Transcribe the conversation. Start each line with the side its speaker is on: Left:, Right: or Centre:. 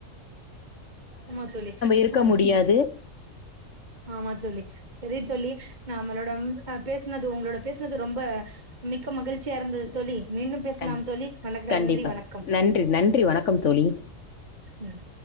Right: ஆமா தோழி
Left: இருக்க
Right: ஆஸ்
Left: முடியாது
Right: ஆமா தோழி சரி தோழி நமளோட ஆ பேசுனது உங்களோட பேசுனது ரொம்ப மிக்க மகிழ்ச்சியா இருந்துது தோழி மீண்டும் பேசலாம்
Left: கண்டி
Right: தோழி வணக்க
Left: கண்டிப்பா
Right: நன்றி வணக்கம்
Left: நன்றி நன்றி வணக்கம் தோழி
Right: ம்